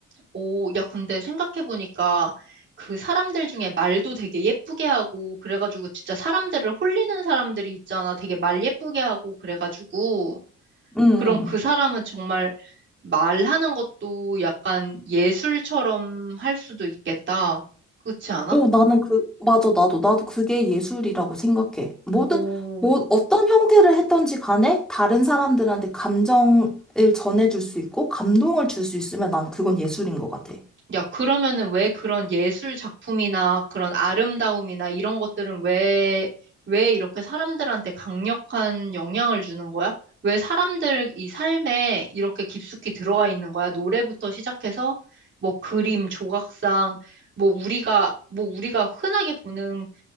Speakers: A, on the right; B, in the centre.
A: 오, 야, 근데 생각해보니까 그 사람들 중에 말도 되게 예쁘게 하고, 그래가지고 진짜 사람들을 홀리는 사람들이 있잖아. 되게 말 예쁘게 하고, 그래가지고.
B: 응, 응.
A: 그럼 그 사람은 정말 말하는 것도 약간 예술처럼 할 수도 있겠다. 그렇지 않아?
B: 어, 나는 그 맞아. 나도 나도 그게 예술이라고 생각해. 모든
A: 오,
B: 뭐 어떤 형태를 했던지 간에 다른 사람들한테 감정을 전해줄 수 있고 감동을 줄 수 있으면 난 그건 예술인 것 같아.
A: 야, 그러면은 왜 그런 예술 작품이나 그런 아름다움이나 이런 것들은 왜, 왜 이렇게 사람들한테 강력한 영향을 주는 거야? 왜 사람들 이 삶에 이렇게 깊숙이 들어와 있는 거야? 노래부터 시작해서 뭐 그림, 조각상, 뭐 우리가, 뭐 우리가 흔하게 보는